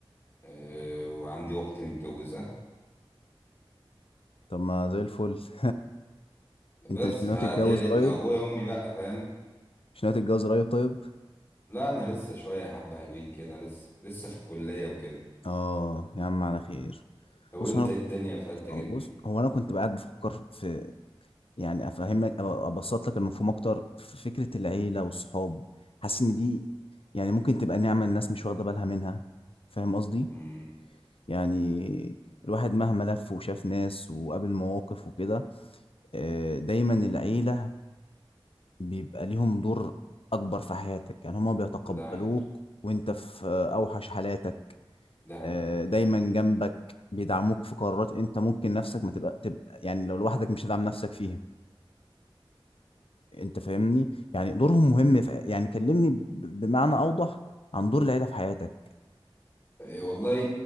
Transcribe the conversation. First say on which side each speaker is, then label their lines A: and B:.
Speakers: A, on the left; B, on the left.
A: آه، وعندي اخت متجوزة
B: طب ما زي الفل <laughs>
A: بس
B: انت مش ناوي
A: فدي
B: تتجوز
A: عيلتنا
B: قريب
A: وابويا وامي بقى فاهم
B: مش ناوي تتجوز قريب طيب
A: لا انا لسه شوية حبة حلوين كده لسه لسه في الكلية وكده
B: اه يا عم على خير
A: لو
B: بص
A: انت
B: انا
A: ايه الدنيا في عيلتك
B: أو
A: انت
B: بص هو انا كنت قاعد بفكر في يعني افهم لك أو ابسط لك المفهوم اكتر في فكرة العيلة والصحاب حاسس ان دي يعني ممكن تبقى نعمة الناس مش واخدة بالها منها فاهم قصدي
A: مم،
B: يعني الواحد مهما لف وشاف ناس وقابل مواقف وكده آه، دايما العيلة بيبقى ليهم دور أكبر في حياتك يعني هما بيتقبلوك
A: ده حقيقة
B: وانت في آه، أوحش حالاتك
A: ده حقيقة
B: آه،
A: ده
B: دايما
A: حقيقة
B: جنبك بيدعموك في قرارات انت ممكن نفسك ما تبقى, تبقى يعني لو لوحدك مش هتدعم نفسك فيها انت فاهمني يعني دورهم
A: مم.
B: مهم في يعني كلمني ب- بمعنى أوضح عن دور العيلة في حياتك
A: إيه والله